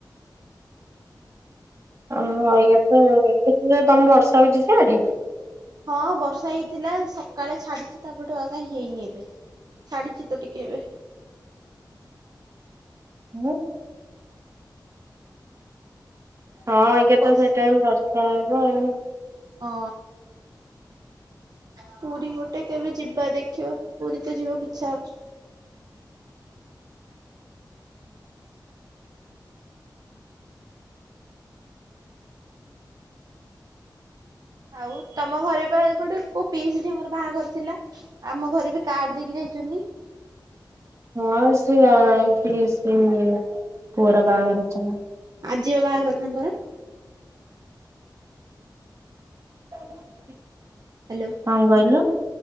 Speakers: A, on the right (about 40°); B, on the right (about 55°).
A: ଅହ ଆଜ୍ଞା ତ କେତେ ଜୋର ତମ ବର୍ଷା ହଉଛି ସି ଆଡେ।
B: ହଁ ବର୍ଷା ହେଇଥିଲା ସକାଳେ ଛାଡିଛି ତାପରଠୁ ଆଉ କାଇଁ ହେଇନି ଏବେ। ଛାଡିଛି ତ ଟିକେ ଏବେ।
A: ହ। ହଁ ଏଗାରଟା
B: ବର୍ଷ
A: ତ ସେଇଟାଇମ୍ ବର୍ଷା ହବ ଆଉ।
B: ଅ। ପୁରୀ ଗୋଟେ କେବେ ଯିବା ଦେଖିବ। ପୁରୀ ତ ଯିବା କୁ ଇଛା ହୋଉଛି। ଆଉ ତମ ଘରେ ପା ଗୋଟେ କୋଉ ପିଇସି ଝିଅଙ୍କର ବାହାଘର ଥିଲା। ଆମ ଘରେ ବି କାର୍ଡ ଦେଇକି ଯାଇଛନ୍ତି।
A: ହଁ ସିଏ ପିଇସି ପୁଅର ବାହାଘର ଥିଲା।
B: ଆଜିି ବା ବାହାଘର ତାଙ୍କର।
A: <unintelligible>
B: ହ୍ୟାଲୋ
A: କଣ କହିଲୁ?